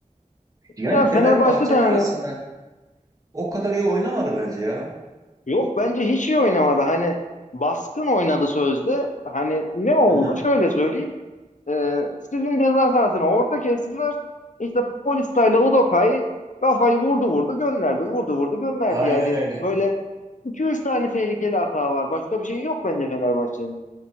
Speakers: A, on the right; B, on the left.
A: Yani
B: Ya Fenerbahçe
A: Fenerbahçe
B: de hani
A: de aslında o kadar iyi oynamadı bence ya.
B: yok bence hiç iyi oynamadı. Hani baskın oynadı sözde. Hani ne oldu?
A: Hı hı.
B: Şöyle söyleyeyim. Ee, sizin ceza sahasına orta kestiler. İşte polis tayla Udokay kafayı vurdu vurdu gönderdi. Vurdu vurdu gönderdi.
A: Aynen
B: Yani
A: öyle.
B: böyle iki üç tane tehlikeli hata var. Başka bir şey yok bence Fenerbahçe'nin.